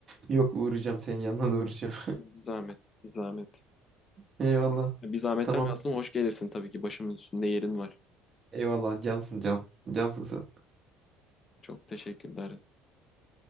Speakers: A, on the right (about 30°); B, on the left (about 25°).
A: Yok uğrayacağım senin yanına da uğrayacağım.
B: Bir zahmet, bir zahmet.
A: <laughs> Eyvallah.
B: Bir zahmetten
A: Tamam.
B: kastım hoş gelirsin tabii ki. Başımın üstünde yerin var.
A: Eyvallah cansın can. Cansın sen.
B: Çok teşekkürler.